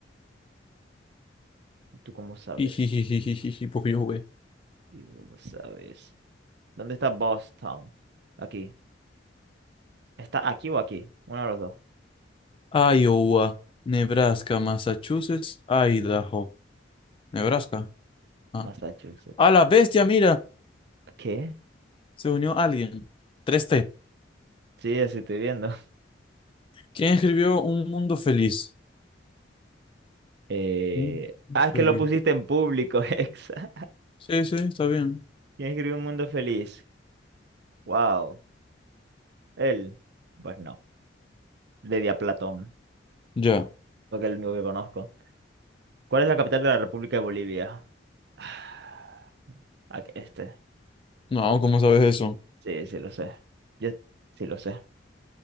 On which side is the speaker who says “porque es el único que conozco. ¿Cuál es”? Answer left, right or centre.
Right